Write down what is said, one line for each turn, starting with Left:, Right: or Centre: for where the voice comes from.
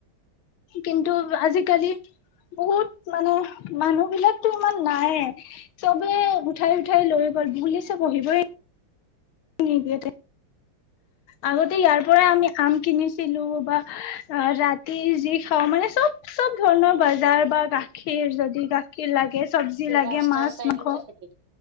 Left: কিন্তু আজিকালি বহুত মানে মানুহ বিলাকতো ইমান নাইে চবে উঠাই উঠাই লৈ গল পুলিচে বহিবই নি দিয় আগতে ইয়াৰ পৰাই আমি আম কিনিছিলো বা ৰাতি যি খাওঁ মানে চব চব ধৰণৰ বজাৰ বা গাখীৰ যদি গাখীৰ লাগে চবজি
Right: ৰাস্তাৰ
Left: লাগে মাছ
Right: চাইডতে
Left: মাংস
Right: থাকে